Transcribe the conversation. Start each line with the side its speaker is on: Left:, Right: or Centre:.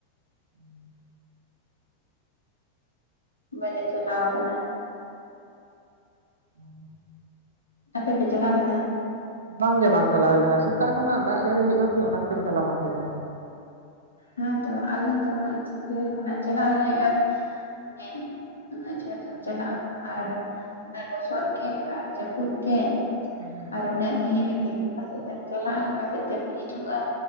Right: ᱦᱮᱸ <unintelligible>
Left: ᱵᱟᱞᱮ ᱪᱟᱞᱟᱣ ᱠᱟᱱᱟ
Right: ᱦ <unintelligible>
Left: ᱟᱯᱮ ᱯᱮ ᱪᱟᱞᱟᱣ ᱞᱮᱱᱟ᱾
Right: ᱵᱟᱝᱜᱮ ᱵᱟᱝ ᱪᱟᱞᱟᱣ ᱦᱳᱭ ᱠᱟᱱᱟ, ᱥᱮᱛᱟᱜ ᱠᱷᱚᱱᱟᱜ ᱫᱟᱜ ᱡᱟᱹᱲᱤ ᱦᱩᱭᱩᱜ ᱠᱟᱱ ᱛᱟᱦᱮᱸ ᱚᱱᱟ ᱠᱷᱟᱹᱛᱤᱨ ᱪᱟᱞᱟᱣ ᱵᱟᱝ ᱦᱳᱭ ᱠᱟᱱᱟ᱾
Left: ᱦᱮᱸᱛᱚ ᱟᱞᱮ ᱦᱚᱸᱛᱚ ᱩᱱᱟ. ᱜ ᱡᱷᱟᱹᱞ ᱠᱷᱚᱱᱟᱼᱜ ᱪᱟᱞᱟᱜ ᱟᱞᱮ ᱟᱨ ᱚᱱᱮ ᱩᱱᱟᱹᱜ ᱡᱷᱟᱹᱞᱮᱢ ᱪᱟᱞᱟᱜᱼᱟ ᱟᱨ ᱚᱱᱟ ᱞᱚᱥᱚᱫ ᱜᱮ, ᱟᱨ ᱡᱟᱹᱯᱩᱫ ᱜᱮ
Right: ᱦᱮᱸ ᱦᱮᱸ
Left: ᱟᱨ ᱩᱱᱟᱹᱜ ᱵᱷᱤᱲ ᱜᱮ, ᱚᱠᱟ ᱥᱮᱫᱛᱮᱢ ᱪᱟᱞᱟᱜᱼᱟ, ᱚᱠᱟ ᱥᱮᱫᱛᱮᱢ ᱦᱤᱡᱩᱜᱼᱟ᱾